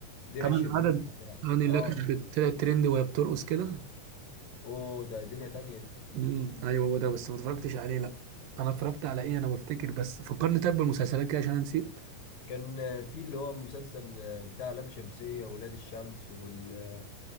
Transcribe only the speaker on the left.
دينا
الشربيني
وبتاع
اه
اوه ده دنيا تانية دي
كان في اللي هو المسلسل بتاع لام شمسية وولاد الشمس وال...